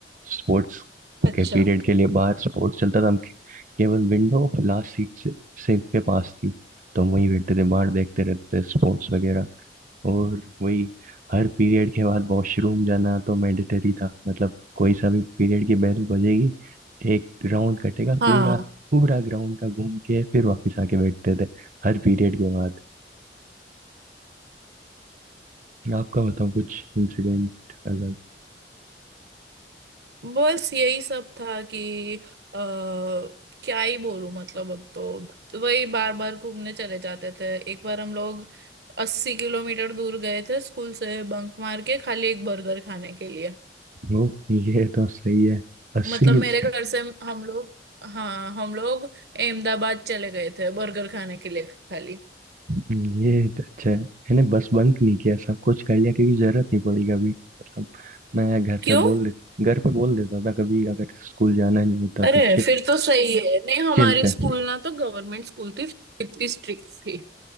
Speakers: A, on the right; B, on the right.
A: स्पोर्ट्स
B: अच्छा
A: के पीरियड के लिए बाहर स्पोर्ट्स चलता था हम के- केवल विंडो लास्ट सीट से सेफ के पास थी तो हम वहीं बैठते थे बाहर देखते रहते थे स्पोर्ट्स वगैरह और वही हर पीरियड के बाद वॉशरूम जाना तो मैंडेटरी था मतलब कोई सा भी पीरियड की बेल बजेगी एक राउंड कटेगा
B: हाँ
A: पूरा पूरा ग्राउंड का घूम के फिर वापस आके बैठते थे हर पीरियड के बाद आपका बताओ कुछ इंसिडेंट अलग
B: बस यही सब था कि आ, क्या ही बोलूं मतलब अब तो वही बार बार घूमने चले जाते थे एक बार हम लोग अस्सी किलोमीटर दूर गए थे स्कूल से बंक मार के खाली एक बर्गर खाने के लिए
A: वो ये तो सही है अस्सी
B: मतलब
A: किल-
B: मेरे घर से हम लोग हाँ हम लोग अहमदाबाद चले गए थे बर्गर खाने के लिए खाली
A: ये तो अच्छा है मैंने बस बंक नहीं किया सब कुछ कर लिया क्योंकि जरूरत नहीं पड़ी कभी मतलब मैं घर
B: क्यों
A: पे बोल दे घर पे बोल देता था कभी अगर स्कूल जाना नहीं होता
B: अरे
A: तो चि,
B: फिर तो सही है नहीं हमारी
A: चिल थे
B: स्कूल ना तो गवर्नमेंट स्कूल थी इतनी स्ट्रिक्ट थी